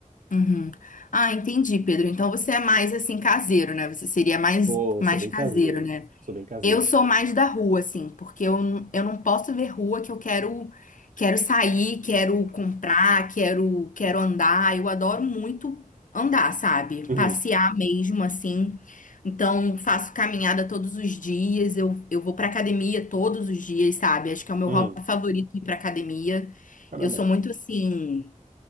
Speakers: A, on the left; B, on the right.
A: uhum. Ah, entendi, Pedro. Então você é mais assim caseiro, né? Você seria mais
B: Pô,
A: mais
B: sou bem
A: caseiro,
B: caseiro,
A: né?
B: sou bem caseiro.
A: Eu sou mais da rua, assim, porque eu, n- eu não posso ver rua que eu quero quero sair, quero comprar, quero quero andar. Eu adoro muito andar, sabe?
B: Uhum,
A: Passear mesmo, assim. Então, faço caminhada todos os dias, eu, eu vou pra academia todos os dias, sabe? Acho que é o meu
B: uhum,
A: hobby favorito ir pra academia.
B: caramba.
A: Eu sou muito, assim,